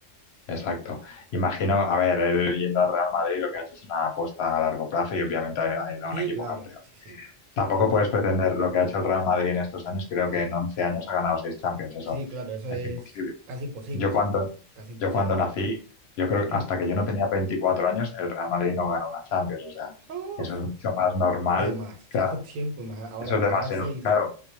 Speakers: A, on the left; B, on the right.
A: Exacto. Imagino, a ver, él yendo al Real Madrid lo que ha hecho es una apuesta a largo plazo y obviamente ha ha ido a
B: Sí,
A: un equipo
B: claro,
A: campeón.
B: sí, sí,
A: Tampoco
B: sí. sí.
A: puedes pretender lo que ha hecho el Real Madrid en estos años, creo
B: Ajá.
A: que en 11 años ha ganado 6 Champions, eso
B: Sí, claro, eso
A: es
B: es
A: imposible.
B: casi imposible,
A: Yo cuando,
B: sí. Casi imposible.
A: yo cuando nací, yo creo
B: <clears throat>
A: que hasta que yo no tenía 24 años, el Real Madrid no ganó una Champions, o sea,
B: Uf,
A: eso es mucho más normal,
B: demasiado
A: claro,
B: <laughs> tiempo. ma- Ahora,
A: eso es demasiado,
B: ahora seis.
A: claro,